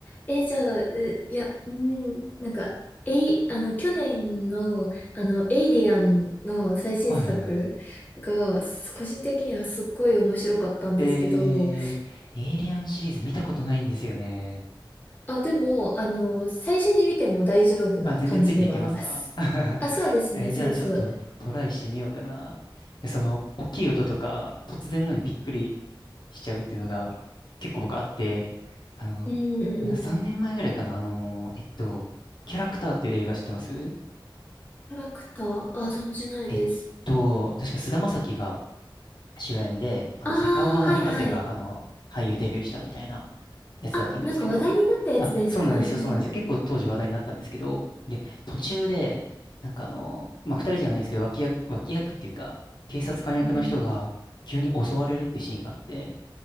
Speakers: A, on the left; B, on the left.
A: え、じゃあ、ういや、うーん、なんか、えい、あの、去年の、あの、エイリアンの最新作が、
B: はいはいはい。
A: す個人的にはすっごい面白かったんですけど、
B: えー、エイリアンシリーズ見たことないんですよね。
A: あ、でも、あの、最初に見ても大丈夫な感じではあります。
B: あ、全然ついていけますか <laughs>
A: あ、そうですね、
B: え、
A: そうそう。
B: じゃあちょっとトライしてみようかな。えその、大きい音とか、突然のにびっくりしちゃうっていうのが、結構僕あって、あの、
A: うんうんうん。
B: な3年前ぐらいかな、あのー、えっと、キャラクターっていう映画知ってます
A: キャラクターあ、存じないです。
B: えっと、確か菅田将暉が主演で、あの、
A: ああ、
B: セカオワの深瀬が、
A: はいはい。
B: あの、俳優デビューしたみたいなやつだったんですけど、
A: あ、なんか話題になったやつですよね。
B: あ、そうなんですよ、
A: うんうんうん。
B: そうなんですよ。結構当時話題になったんですけど、で、途中で、なんかあの、まあ、二人じゃないんですけど、脇役、脇役っていうか、警察官役の人が急に襲われるってシーンがあって、
A: うん